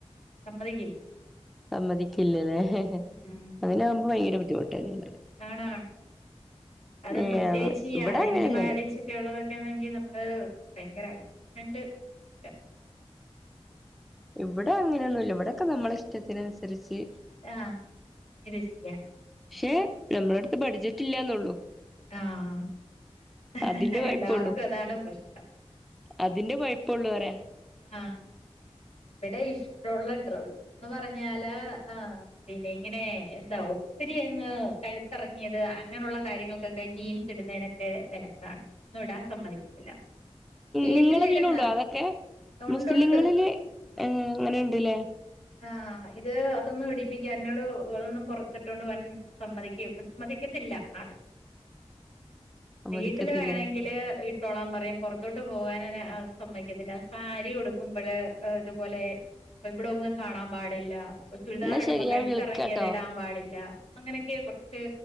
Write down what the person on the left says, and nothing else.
സമ്മതിക്കില്ല
ഉം
ആണാണ് അതും
പ്രത്യേകിച്ച് ഈ
അറേഞ്ച്
മാരേജ് ക്കെ ഉള്ളതൊക്കെ ആണെങ്കിൽ നമ്മള് ഭയങ്കര അഡ്ജസ്റ്റ്മെന്റ് ഭയങ്കര
ആഹ് ഇത് ചെയ്യാം
ആഹ്
എല്ലാർക്കും അതാണ് പ്രശ്നം
ആഹ് ഇവിടെ ഇഷ്ട്ടൊള്ള ഡ്രസ്ന്ന് പറഞ്ഞാല് ആഹ് പിന്നെ ഇങ്ങനെ എന്താ ഒത്തിരി അങ്ങ് കഴുത്തിറങ്ങിയത് അങ്ങനെയുള്ള കാര്യങ്ങൾക്കൊക്കെ ജീൻസ് ഇടുന്നതിനൊ ക്കെ വിലക്കാണ് അതൊന്നും ഇടാൻ സമ്മതിക്കത്തില്ല വീട്ടിലിടുന്ന
ഉണ്ടുണ്ട്
ആഹ് ഇത് അതൊന്നും ഇടിപ്പിക്കാ എന്നോട് അതൊന്നും പുറത്തിട്ടോണ്ട് പോവാൻ- സമ്മതിക്ക ഇപ്പസമ്മതിക്കത്തില്ല ആള്
വീട്ടില് വേണെങ്കില് ഇ ട്ടോളാൻ പറയും പുറത്തോട്ട് പോകാനാണെ അത് സമ്മക്കത്തില്ല സാരി ഉടുക്കുമ്പഴ് ഇതുപോലെ <unintelligible> കാണാൻ പാടില്ല ചുരിദാർ
ഇടുമ്പോ
കഴുത്തിറങ്ങിയത്
ഇടാൻ പാടില്ല അങ്ങനെയൊക്കെ കുറച്ച്